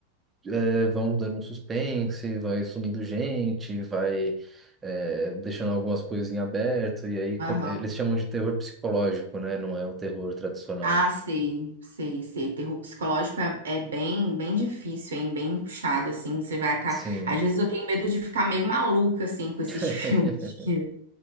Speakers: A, on the right (about 15°); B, on the right (about 65°).
A: eh, vão dando um suspense, vai sumindo gente, vai eh, deixando algumas coisas em aberto, e aí
B: Aham.
A: com- é, eles chamam de terror psicológico, né, não é o terror tradicional.
B: Ah, sei, sei, sei. Terror psicológico é, é bem, bem difícil, hein? Bem puxado, assim. Você vai acabar.
A: Sim,
B: Às vezes eu tenho medo de ficar meio maluca, assim, com esses
A: <laughs>
B: <laughs> filmes que